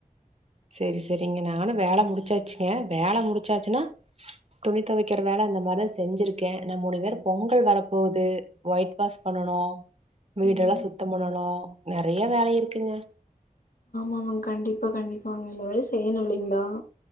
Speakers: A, on the right; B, on the left.
A: செரி செரிங்க நானு வேல முடிச்சாச்சுங்க வேல முடிச்சாச்சுனா துணி தொவைக்கிற வேல அந்த மாரிதா செஞ்சிருக்கே. ந மூணு பேரு பொங்கல் வரப்போவுது. ஒயிட் வாஷ் பண்ணனு வீடெல்லா
B: ம்
A: சுத்தம் பண்ணனு நெறைய வேலை இருக்குங்க.
B: ஆமாங் கண்டிப்பா கண்டிப்பாங்க எல்லா வேலையு செய்யணு இல்லைங்ளா?